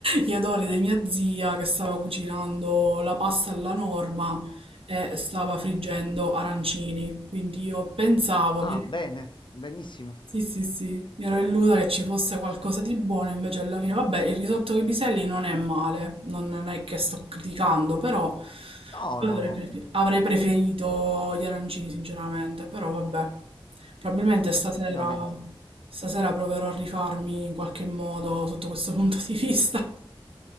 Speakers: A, on the right; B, on the left.
A: gli odori di mia zia che stava cucinando la pasta alla norma e stava friggendo arancini. Quindi io pensavo,
B: Ah,
A: mi
B: bene, benissimo.
A: sì, sì, sì, mi ero illusa che ci fosse qualcosa di buono, invece alla fine, vabbè, il risotto con i piselli non è male, non, non è che sto criticando, però
B: No,
A: avrei
B: no, no,
A: prefe- avrei preferito gli arancini, sinceramente, però vabbè. Probabilmente stasera,
B: effettivamente.
A: stasera proverò a rifarmi in qualche modo sotto questo punto di vista.